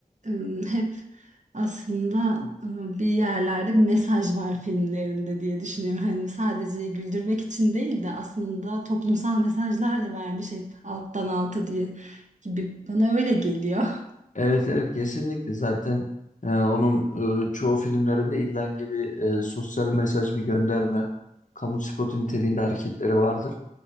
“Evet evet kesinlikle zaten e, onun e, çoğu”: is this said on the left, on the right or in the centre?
Left